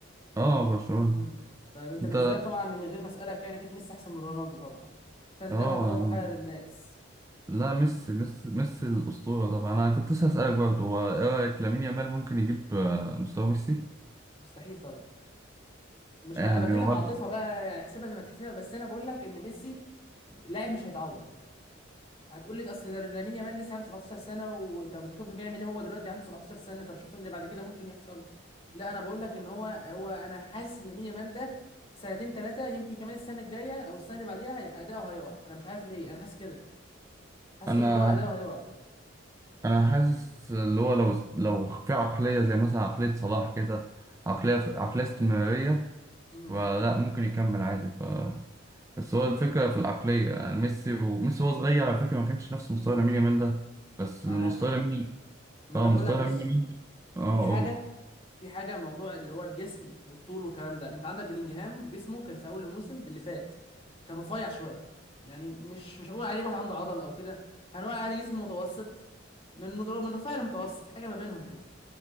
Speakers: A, on the right; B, on the left.
A: اه برشلونة
B: امم طيب انت
A: أنت
B: بالنسبه لك طبعا من غير ما اسالك يعني اكيد ميسي احسن من رونالدو طبعا عشان
A: اه
B: ده موضوع
A: يعني
B: محير الناس
A: لا
B: يعني
A: ميسي ميسي ميسي الأسطورة طبعا أنا كنت لسه هسألك برضه هو إيه رأيك لامين
B: مم.
A: يامال ممكن يجيب آه، مستوى ميسي؟
B: مستحيل طبعا مش
A: يعني
B: انا بكلم
A: ولا
B: عاطفه بقى يعني احسبها زي ما تحسبها بس انا بقول لك ان ميسي لاعب مش هيتعوض هتقول لي اصل ده لامين يامال لسه عنده 17 سنه وطب شوف بيعمل ايه هو دلوقتي عنده 17 سنه طب شوف اللي بعد كده ممكن يحصل لا انا بقول لك ان هو هو انا حاسس ان لامين يامال ده سنتين ثلاثه يمكن كمان السنه الجايه او السنه اللي بعديها هي- اداؤه هيقع انا مش عارف ليه انا حاسس كده حاسس
A: أنا
B: ان هو اداؤه هيقع
A: أنا حاسس اللي هو لو لو في عقلية زي مثلا عقلية صلاح كده عقلية عقلية استمرارية
B: امم
A: فلا ممكن يكمل عادي ف بس هو الفكرة في العقلية يعني ميسي وميسي وهو صغير على فكرة ما كانش نفس مستوى لامين يامال ده بس
B: ما
A: المستوى
B: انا
A: لامين
B: ما
A: اه
B: انا بقول
A: مستوى
B: لك بص
A: لامين يامال اه
B: في حاجه
A: قول
B: في حاجه موضوع اللي هو الجسم والطول والكلام ده انت عندك بلينجهام جسمه كان في اول الموسم اللي فات كان رفيع شويه يعني مش مش هقول عليه واحد عنده عضل او كده هنقول عليه جسم متوسط من من رفيع لمتوسط حاجه ما بينهم كده